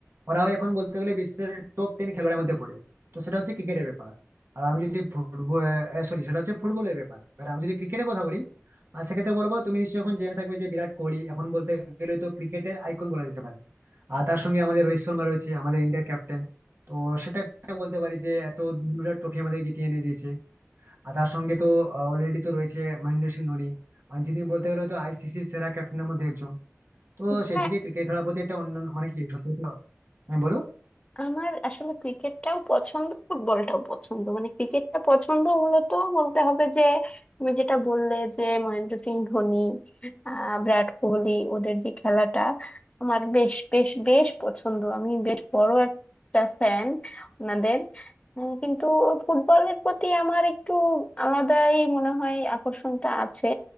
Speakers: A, on the right; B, on the left.
A: ওরাও এখন বলতে গেলে বিশ্বের টপ টেন খেলোয়াড়ের মধ্যে পড়ে তো সেটা হচ্ছে ক্রিকেটের ব্যাপার আর আমি যদি ফুটবল সরি সেটা হচ্ছে ফুটবলের ব্যাপার এবার আমি যদি ক্রিকেটের কথা বলি আর সেক্ষেত্রে বলবো তুমি নিশ্চয়ই এখন জেনে থাকবে যে বিরাট কোহলি এখন বলতে গেলে তো ক্রিকেটের আইকন বলা যেতে পারে আর তার সঙ্গে আমাদের রোহিত শর্মা রয়েছে আমাদের ইন্ডিয়ার ক্যাপ্টেন তো সেটা একটা বলতে পারি যে এত দুটা ট্রফি আমাদের জিতিয়ে এনে দিয়েছে আর তার সঙ্গে তো অলরেডি তো রয়েছে মহেন্দ্র সিং ধোনি মানে যিনি বলতে গেলে তো আইসিসির সেরা ক্যাপ্টেনের মধ্যে একজন তো সেই
B: হ্যাঁ
A: থেকে ক্রিকেট খেলার প্রতি একটা অন্য মানে কি সত্যি কথা- হ্যাঁ বলো
B: আমার আসলে ক্রিকেটটাও পছন্দ ফুটবলটাও পছন্দ মানে ক্রিকেটটা পছন্দ মূলত বলতে হবে যে তুমি যেটা বললে যে মহেন্দ্র সিং ধোনি আহ বিরাট কোহলি ওদের যে খেলাটা আমার বেশ বেশ বেশ পছন্দ আমি বেশ বড় একটা ফ্যান ওনাদের উম, কিন্তু ফুটবলের প্রতি আমার একটু আলাদাই মনে হয় আকর্ষণটা আছে